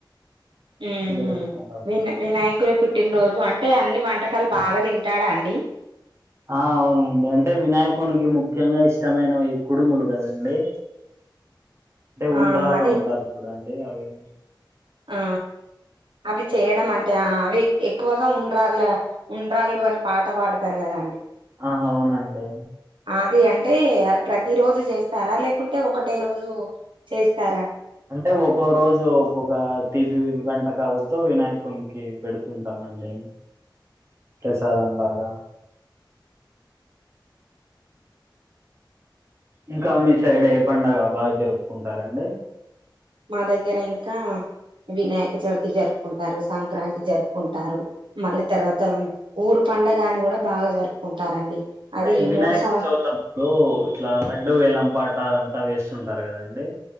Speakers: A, on the right; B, on the right.
A: ఊహు
B: జరుపుకుంటాము
A: వి వినాయకుని పుట్టినరోజు అంటే అన్ని వంటకాలు బాగా తింటాడా అండి
B: ఆ అవునండి అంటే వినాయకునికి ముఖ్యంగా ఇష్టమైనవి కుడుములు కదండి అంటే
A: ఆ
B: ఉండ్రాలు
A: అది
B: అంటారు చూడండి అవి
A: ఆ అవి చేయడం అంటే అవి ఎక్కువగా ఉండ్రాళ్ళ ఉండ్రాళ్ళు అని పాట పాడుతారు కదాండి
B: ఆ అవునండి
A: అది అంటే ప్రతి రోజు చేస్తారా లేకుంటే ఒకటే రోజు చేస్తారా
B: అంటే ఒక్కో రోజు ఒక్కొక్క తపి వంటకాలతో వినాయకునికి పెడుతుంటాము ండి ప్రసాదంలాగా ఇంకా మీ సైడ్ ఏ పడుగ బాగా జరుపుకుంటారంండి
A: మా దగ్గర ఇంకా వినాయక చవితి జరుపుకుంటారు సంక్రాంతి జరుపుకుంటారు మళ్ళీ తర్వాత ఊరు ప పంండగని కూడా బాగా జరుపుకుంటారండి
B: అంటే
A: అది
B: వినాయక్
A: మూడు సంవ
B: చవితడు ఇట్లా లడ్డుూ వేలం పాట అంతే అంతా వేస్తుంటారు కదండి